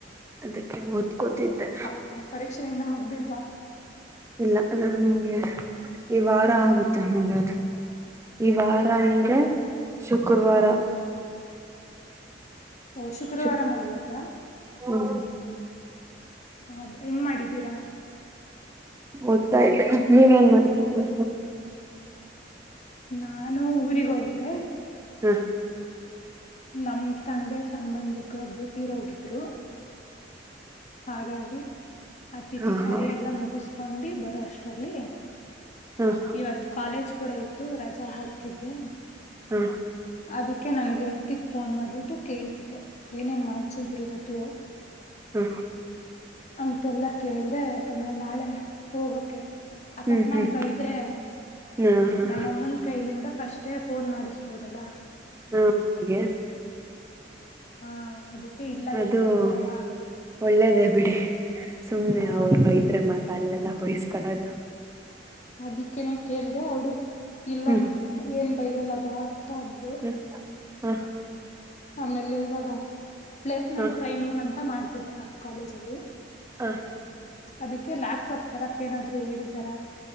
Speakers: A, on the right; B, on the left.
A: ಅದಕ್ಕೆ ಓದ್ಕೋತಿದ್ದೆ
B: ಹೌದಾ ಪರೀಕ್ಷೆ ಇನ್ನ ಮುಗ್ದಿಲ್ವಾ
A: ಇಲ್ಲ ನನ್ಗೆ ಈ ವಾರ ಆಗುತ್ತೆ ಮುಗಿಯೋದು ಈ ವಾರ ರಾಂಧ್ರ
B: ಓಹ್
A: <unintelligible> ಶುಕ್ರವಾರ
B: ಹೋ ಶುಕ್ರವಾರ
A: ಶುಕ್
B: ಮುಗಿಯುತ್ತಾ
A: ಹ್ಮ್
B: ಹೌದು ಹೆಂಗ್ ಮಾಡಿದ್ದೀರಾ
A: ಹೋಗ್ತಾ ಇದ್ದೆ ನೀವೇನ್ ಮಾಡ್ತಿದ್ರಿ
B: ನಾನು ಊರಿಗೆ ಹೋಗಿದ್ದೆ
A: ಹ್ಮ
B: ನಮ್ ತಂದೆ ಸಂಬಂಧಿಕರು ಒಬ್ಬರು ತೀರೋಗಿದ್ರು ಹಾಗಾಗಿ ಆ
A: ಹ
B: ತಿಥಿಕಾರಿ
A: ಹ
B: ಎಲ್ಲ ಮುಗಸ್ಕೊಂಡು ಬರೋ ಅಷ್ಟರಲ್ಲಿ
A: ಹ ಹ
B: ಇವತ್ ಕಾಲೇಜ್ ಕೂಡ ಇತ್ತು ರಜಾ ಹಾಕಿದ್ದೆ
A: ಹ
B: ಅದಕ್ಕೆ ನನ್ಗೆ ಹಳ್ತಿಗ್ ಫೋನ್ ಮಾಡ್ಬಿಟ್ಟು ಕೇಳ್ತಿದ್ದೆ ಏನೇನ್ ಮಾಡ್ಸಿದ್ರು ಇವತ್ತು
A: ಹಾ
B: ಅಂತೆಲ್ಲ ಕೇಳ್ದ ಯಾಕಂದ್ರೆ ನಾಳೆ ಹೋಗಕ್ಕೆೆ ಅಕಸ್ಮಾತ್
A: ಹ್ಮ್ ಹ್ಮ್ ಹ್ಮ್
B: ಬೈದ್ರೆ
A: ಹಾ ಹಾ
B: ನಮ್ಮಮ್ಮನ ಕೈಲಿಂದ ಅಷ್ಟೇ ಫೋನ್ ಮಾಡಿಸ್ಬೋದಲ್ಲ
A: ಹಾ ಹಾಗೆ
B: ಹಾ ಅದಕ್ಕೆ ಇಲ್ಲ
A: ಅದು
B: ಏನ್ ಬೈ ಎಲ್ಲ ಬಾ
A: ಒಳ್ಳೇದೇ ಬಿಡಿ ಸುಮ್ನೆ
B: ಹಾ
A: ಅವ್ರು ಬೈದ್ರೆ ಮಾತಾಡ್ಲೆಲ್ಲ ಬಯಸ್ಕಳದು
B: ಅದಿಕ್ಕೇನೆ ಕೇಳ್ದ ಅವ್ಡು ಇಲ್ಲನ್
A: ಹ್ಮ್
B: ಏನ್ ಬೈಯ್ಯಲ್ಲ ಬಾ ಅಂತ ಅಂದ್ಲು
A: ಹ ಹ
B: ಆಮೇಲೆ ಇವಾಗ ಪ್ಲೇಸ್ಮೆಂಟ್
A: ಹ
B: ಟ್ರೈನಿಂಗ್ ಅಂತ ಮಾಡ್ತಿದಿದ್ದಾರೆ ನಮ ಕಾಲೇಜ ಅಲ್ಲಿ
A: ಹ
B: ಅದಕ್ಕೆ ಲ್ಯಾಪ್ಟಾಪ್ ತರಕ್ ಏನಾದ್ರು ಹೇಳಿದಾರ